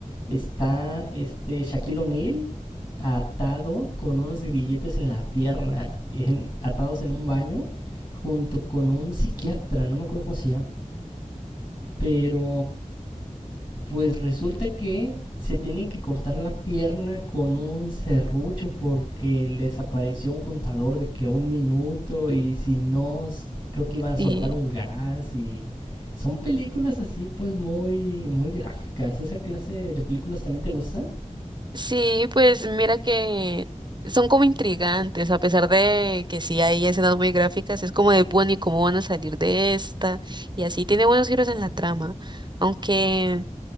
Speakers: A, on the left; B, on the right.
A: está este Shaquille O'Neal atado con unos grilletes en la pierna, en- atados en un baño, junto con un psiquiatra, no me acuerdo cómo se llama, pero pues resulta que se tienen que cortar la pierna con un serrucho porque les apareció un contador de que un minuto y si no, creo que iban a soltar
B: Sí,
A: un gas y son películas así pues muy muy gráficas. ¿Esa clase de películas también te gusta?
B: sí, pues mira que son como intrigantes, a pesar de que sí hay escenas muy gráficas, es como de, bueno, ¿y cómo van a salir de esta? Y así tiene buenos giros en la trama, aunque